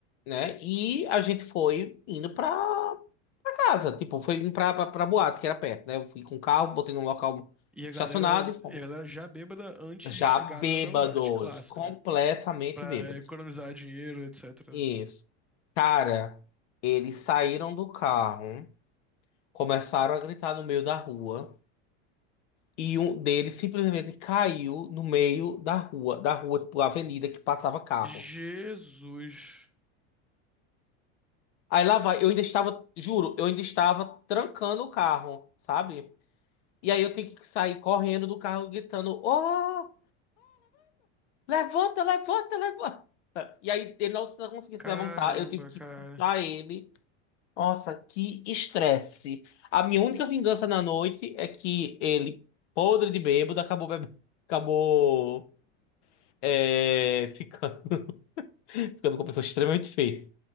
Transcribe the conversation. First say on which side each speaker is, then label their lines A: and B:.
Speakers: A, on the left; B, in the centre.
A: né? E a gente foi indo pra, pra casa, tipo, foi indo pra, pra, pra boate, que era perto, né? Eu fui com o carro, botei num local
B: E a
A: estacionado
B: galera,
A: e fomos.
B: e a galera já bêbada antes
A: Já
B: de chegar
A: bêbados,
B: na, na boate, clássico,
A: completamente
B: né? Pra
A: bêbados.
B: economizar dinheiro, etc.
A: Isso. Cara, eles saíram do carro, começaram a gritar no meio da rua. E um deles simplesmente caiu no meio da rua, da rua, tipo, avenida que passava carro.
B: Jesus.
A: Aí lá vai, eu ainda estava, juro, eu ainda estava trancando o carro, sabe? E aí eu tenho que sair correndo do carro gritando: Oh, levanta, levanta, levanta. E aí ele não se- não conseguia
B: Caramba,
A: se levantar, eu tive que
B: cara.
A: puxar ele. Nossa, que estresse. A minha única vingança na noite é que ele, podre de bêbado, acabou bebendo, acabou é, ficando, <laughs> ficando com uma pessoa extremamente feia.